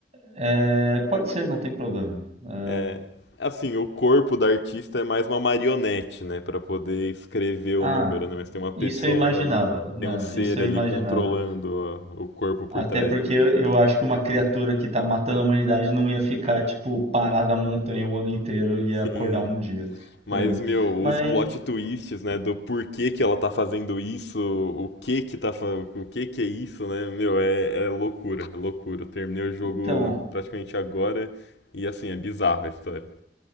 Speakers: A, on the right; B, on the left.
A: É, pode ser, não tem problema. É,
B: É, assim, o corpo da artista é mais uma marionete, né? Pra poder escrever o
A: ah,
B: número, né? Mas tem uma pessoa,
A: isso eu imaginava. né,
B: tem um ser
A: Isso eu
B: ali
A: imaginava.
B: controlando ó, o corpo por
A: Até
B: trás.
A: porque eu, eu acho que uma criatura que tá matando a humanidade não ia ficar, tipo, parada na montanha o ano inteiro, ia
B: Sim.
A: acordar um dia
B: Mas,
A: por ano.
B: meu,
A: Mas,
B: os plot twists, né, do porquê que ela tá fazendo isso, o que que tá, fa- o que que é isso, né, meu, é, é loucura, é loucura. Eu terminei o jogo
A: então,
B: praticamente agora e, assim, é bizarro a história.